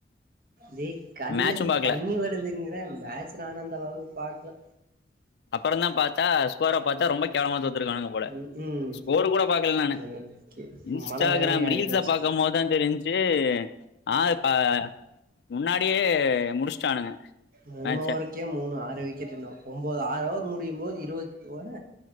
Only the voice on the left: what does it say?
மேட்சும் பாக்கல
அப்பறந்தா பாத் தா ஸ்கோர பாத்தா ரொம்ப கேவலமா தோத் தோத்து இருக்கானுக போல
ஸ்கோரு கூட பாக்கல நானு
இன்ஸ்டாகிராம்
ரீல்ஸ்ஸ
பாக்கும்போதுதா தெரின்சி ஆறு ப முன்னாடியே முடிச்சுட்டானுங்க
மேட்ச